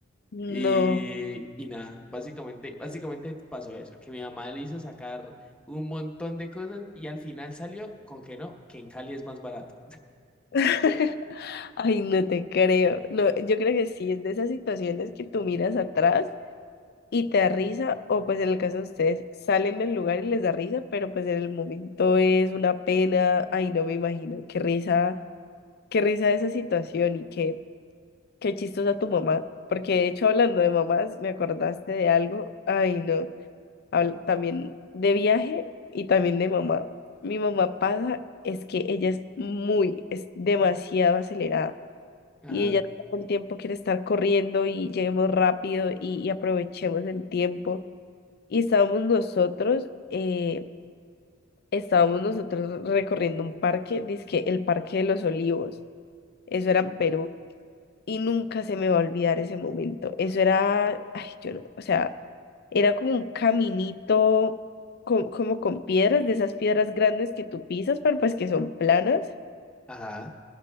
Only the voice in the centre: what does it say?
Y, y nada, básicamente, básicamente pasó eso, que mi mamá le hizo sacar un montón de cosas y al final salió con que no, que en Cali es más barato.
Ajá,
ajá.